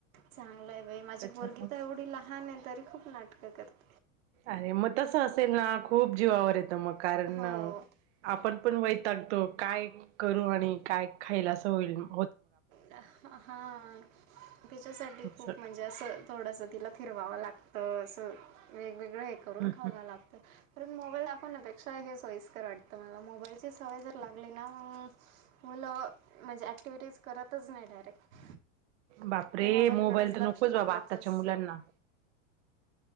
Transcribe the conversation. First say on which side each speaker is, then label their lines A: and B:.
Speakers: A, on the right; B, on the right.
A: चांगलंय बाई माझी
B: त्याच्यामुळे
A: पोरगी तर एवढी लहान आहे तरी खूप नाटकं करते.
B: अरे मग तसं असेल ना खूप जीवावर येतं मग कारण
A: हो
B: आपण पण वैतागतो काय करू आणि काय खायला असं होईल म
A: अं हा तिच्यासाठी
B: असं
A: खूप म्हणजे असं थोडस तिला फिरवावं लागत. अ स वेगवेगळं हे करून
B: हम्म
A: खाऊ
B: हम्म
A: घा लागतं पण मोबाईल लागत पनापेक्षा हे सोयस्कर वाटत मला मोबाईलची सवय जर लागली ना मग मुलं म्हणजे ॲक्टिव्हिटीज करतच नाही डायरेक्ट
B: बापरे
A: ते मोबाईलकडेच
B: मोबाईल तर
A: लक्ष
B: नकोच
A: देतात
B: बाबा आत्ताच्या
A: जास्त
B: मुलांना